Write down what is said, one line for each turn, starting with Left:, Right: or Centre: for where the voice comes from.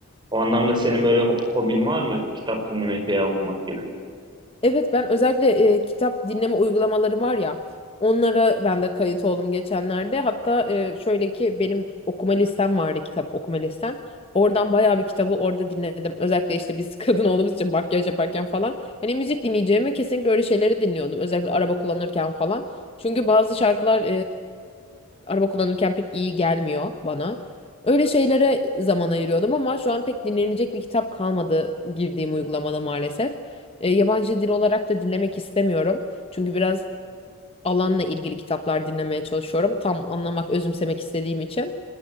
Right: O anlamda senin böyle ho- hobin var mı? Kitap dinlemek veya okumak gibi.
Left: Evet ben özellikle e, kitap dinleme uygulamaları var ya onlara ben de kayıt oldum geçenlerde. Hatta e, şöyle ki benim okuma listem vardı kitap okuma listem. Oradan bayağı bir kitabı orada dinledim. Özellikle işte biz <laughs> kadın olduğumuz için makyaj yaparken falan. Hani müzik dinleyeceğime kesinlikle öyle şeyleri dinliyordum. Özellikle araba kullanırken falan. Çünkü bazı şarkılar araba kullanırken pek iyi gelmiyor bana. Öyle şeylere zaman ayırıyordum ama şu an pek dinlenecek bir kitap kalmadı girdiğim uygulamada maalesef. E, yabancı dil olarak da dinlemek istemiyorum. Çünkü biraz alanla ilgili kitaplar dinlemeye çalışıyorum. Tam anlamak, özümsemek istediğim için.